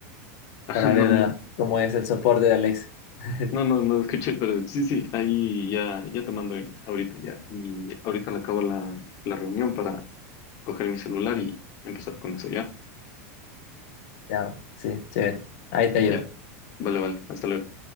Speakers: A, on the left; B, on the left.
A: <laughs>
B: para
A: No,
B: ver
A: no,
B: ah, cómo es el soporte de Alex. <laughs>
A: no, no, no escuché, pero sí, sí, ahí ya, ya te mando en- ahorita ya. Y ahorita le acabo la, la reunión para coger mi celular y empezar con eso ya.
B: Ya, sí, chévere. Ahí te ayudo.
A: Ya, vale, vale, hasta luego.